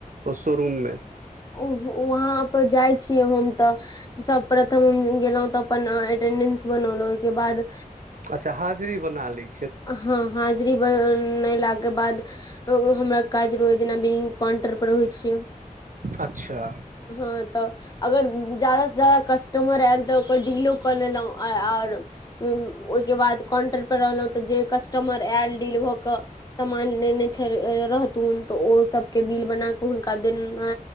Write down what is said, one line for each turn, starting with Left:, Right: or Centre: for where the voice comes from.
Right: ओ शोरूममे
Left: वहाँ पर जाइ छीयै हम तऽ सबप्रथम हम गेलहुं तऽ अपन एटेंडेंस बनौलहु ओहिके बाद
Right: अच्छा हाजरी बना ली
Left: ह हाजरी बनेलाके बाद हमरा काज रोजना काउंटर पर होय छियै
Right: अच्छा
Left: हँ तऽ अगर जायदा से जायदा कस्टमर एल तऽ बडिलीयो कऽ लेलौ आओर ओयह के बाद काउंटर पर रहलहु त जे कस्टमर आयल डील भऽ के सामान लेने छै रहतुन तऽ ओ सबके बना कऽ हुनका देना